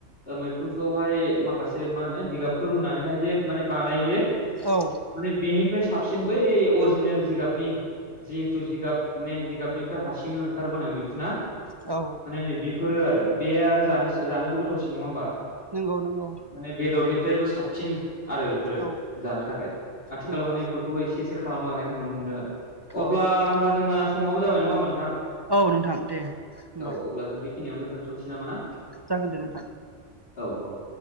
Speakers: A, on the left (about 50°); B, on the right (about 30°).
A: मैखुनखौहाय माखासे मा होनो जिगाबखौ रुनानैहाय जे माने बानायो जे
B: औ
A: <unintelligible> बेनिफ्राय साबसिन बै अर जिनेल जिगाबनि जिहेथु जिगाब मेन जिगाबनिफ्राय हारसिंनो ओंखारबोनाय मैखुना
B: औ
A: माने नै बेफोरो आरो बेयो आरो जानोसो जानोबो गोथावसिन नङा होमबा
B: नंगौ नंगौ।
A: माने बेदरनिफ्रायबो साबसिन आरो बेफोरो
B: औ
A: जानो थाखाय आथिखालाव
B: नंगौ
A: माने बेफोरखौबो एसे एसे खालामलांनायखौ नुनो मोनदों आरो अब्ला
B: औ
A: होमबा जोंना समाबो जाबाय नङा होमबा नोंथां?
B: औ नोंथां दे होमबा
A: औ अब्ला जों बेखिनियावनो दोनथ'नोसै नामा ना?
B: जागोन दे नोंथां।
A: औ औ